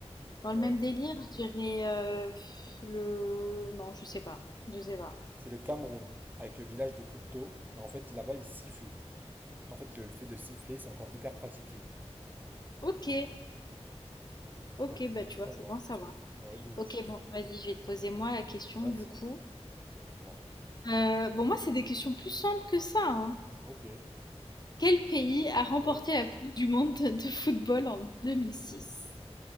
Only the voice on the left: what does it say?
Dans
le même délire, je dirais euh, pff, le. Non, je sais pas. Je sais pas.
Ok,
ok,
bah
tu
vois, c'est bon, ça va.
Ok, bon, vas-y, je vais te poser moi la question
du coup.
Euh, bon, moi, c'est des questions plus simples que ça, hein.
Quel pays a remporté
la Coupe du monde de football en 2006?